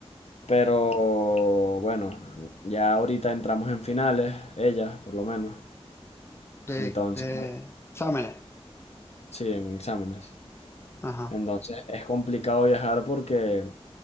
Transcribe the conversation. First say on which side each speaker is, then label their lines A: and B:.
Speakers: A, on the left; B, on the left.
A: Pero bueno, ya ahorita entramos en finales, ella por lo menos.
B: De,
A: Entonces,
B: de exámenes.
A: sí, en exámenes.
B: Ajá.
A: Entonces es complicado viajar porque